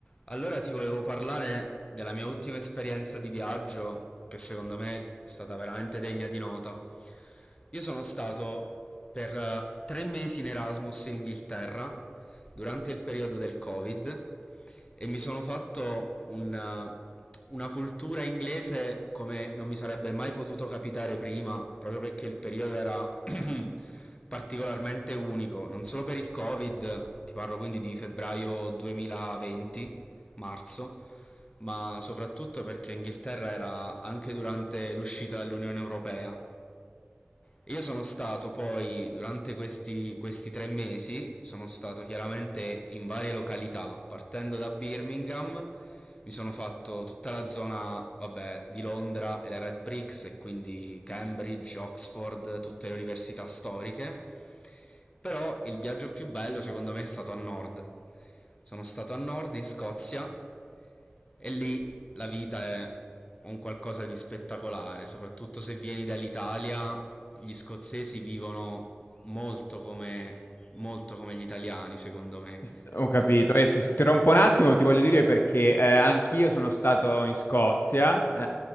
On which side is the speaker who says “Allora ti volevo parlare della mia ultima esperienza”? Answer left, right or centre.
Left